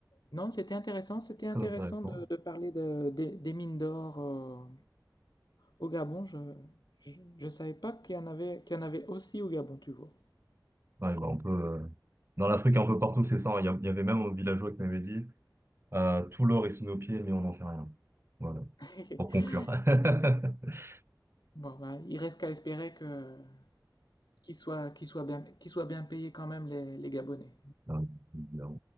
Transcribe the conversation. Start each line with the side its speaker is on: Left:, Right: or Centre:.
Left: Non, c'était intéressant. C'était intéressant
Right: très intéressant.
Left: de, de parler de- des des mines d'or euh, au Gabon. Je, je, je savais pas qu'il y en avait, qu'il y en avait aussi au Gabon, tu vois.
Right: Ouais, bah, on peut, euh, Dans l'Afrique, un peu partout, c'est ça. hein. Il y a- il y avait même un villageois qui m'avait dit euh, tout l'or est sous nos pieds, mais on n'en fait rien. Voilà,
Left: <laughs>
Right: pour conclure. <laughs>
Left: Bon, bah, il reste qu'à espérer que qu'ils soient, qu'ils soient bien, qu'ils soient bien payés quand même les, les Gabonais.
Right: Euh,